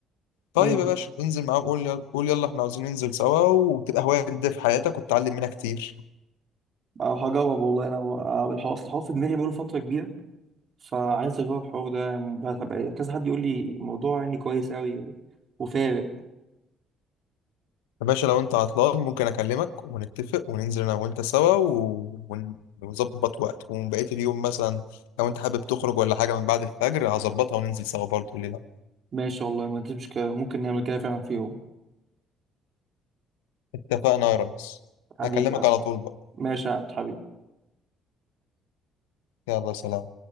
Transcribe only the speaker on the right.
امم
او هجرب والله انا آه، الحوار اصل الحوار في دماغي بقاله فتره كبيره فعايز اجرب الحوار ده يعني بقى- هبقى- كذا حد يقول لي الموضوع يعني كويس قوي و... وفارق
ماشي والله ما فيش مشكله ممكن نعمل كده فعلا في يوم
حبيبي
ماشي يا عبد حبيبي